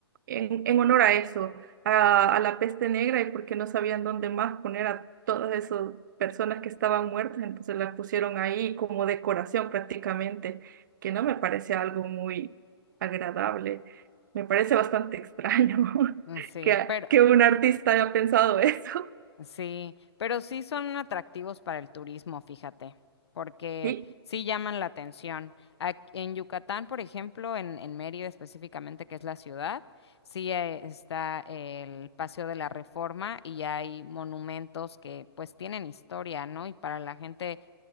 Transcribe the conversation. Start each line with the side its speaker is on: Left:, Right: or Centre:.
Right: en, en honor a eso, a, a la peste negra y porque no sabían dónde más poner a todas esas personas que estaban muertas, entonces las pusieron ahí como decoración prácticamente, que no me parece algo muy agradable. Me parece bastante extraño <laughs>
Left: mm, sí,
Right: que,
Left: pero
Right: que un artista haya pensado eso. <laughs>
Left: Sí, pero sí son atractivos para el turismo, fíjate, porque
Right: Sí,
Left: sí llaman la atención. Ac- en Yucatán, por ejemplo, en, en Mérida específicamente, que es la ciudad, sí eh, está el Paseo de la Reforma y hay monumentos que pues tienen historia, ¿no? Y para la gente